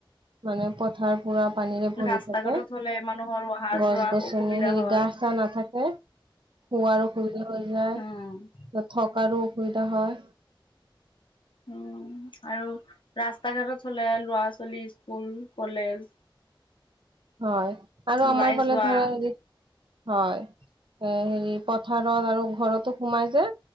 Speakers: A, on the right; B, on the left.
A: মানে পথাৰ পুৰা পানীৰে ভৰি
B: ৰাস্তা
A: থাকে
B: ঘাটত হ'লে মানুহৰ অহা
A: গছ
B: যোৱা
A: গছনি
B: অসুবিধা
A: হেৰি
B: হয়।
A: গা চা নাথাকে। খোৱাৰো অসুবিধা হৈ যায়
B: উম,
A: থকাৰো। অসুবিধা হয়।
B: অহ। আৰু ৰাস্তা ঘাটত হ'লে লৰা ছোৱালী স্কুল কলেজ
A: হয় আৰু আমাৰ
B: ওলাই
A: ফালে
B: যোৱা
A: ধৰা হয় এ হেৰি পথাৰত আৰু ঘৰতো সোমাই যে